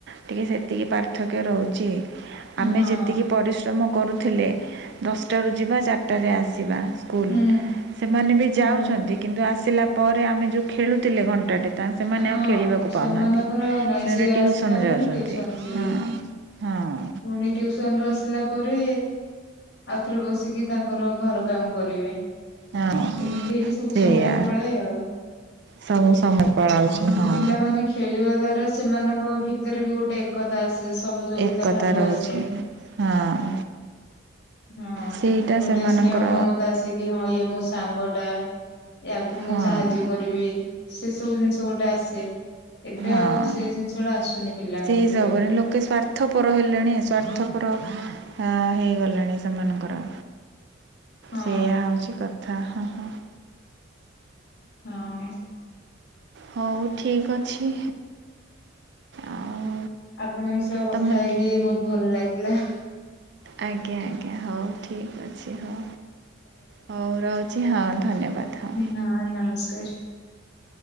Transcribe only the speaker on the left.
ହଁ
ହୁଁ
ଶୁଣ
ହଁ
ସେମାନଙ୍କର
ନାଇଁ
ସିଏ
ଆସିଲା ମାନେ
ଟିଉସନ ଯିବେ
ପୁଣି ଟିଉସନ୍ ରୁ ଆସିଲା ପରେ ଆଉଥରେ ବସିକି ତାଙ୍କର ଘର କାମ କରିବେ।
ଏମିତି ହେଇକି ସବୁ
ସମୟ ପଳାଏ ଆଉ।
ଆଗୁରୁ
ପିଲାମାନେ ଖେଳିବା ଦ୍ଵାରା ସେମାନଙ୍କ ଭିତେରେ ବି ଗୋଟେ ଏକତା ଆସେ। ସହଯୋଗିତା
ଭାବ
ଆସେ।
ହଁ
ଗୋଟେ
ସ୍ନେହ ମମତା ଆସେ। କି ହଁ ଇଏ ମୋ ସାଙ୍ଗ ଟା, ୟାକୁ ମୁଁ
ସାହାଯ୍ୟ କରିବି, ସେ ସବୁ ଜିନିଷ ଯୋଉଟା ଆସେ। ଏବେ
ଆଉ ସେ ଜିନିଷଟା ଆସୁନି ପିଲାଙ୍କ
ଭିତରେ।
ହଁ
ହଁ।
ଆପଣଙ୍କ ସହ କଥା
ହେଇକି ବୋହୁତ୍ ଭଲ ଲାଗିଲା।
ହଁ ନମସ୍କାର।